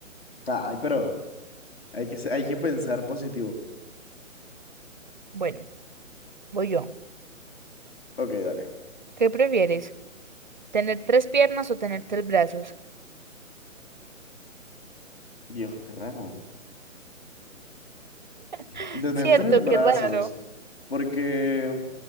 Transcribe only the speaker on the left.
ay, pero hay que, se- hay que pensar positivo.
Ok, dale.
Dios, qué raro.
Tener
tres brazos,
porque, o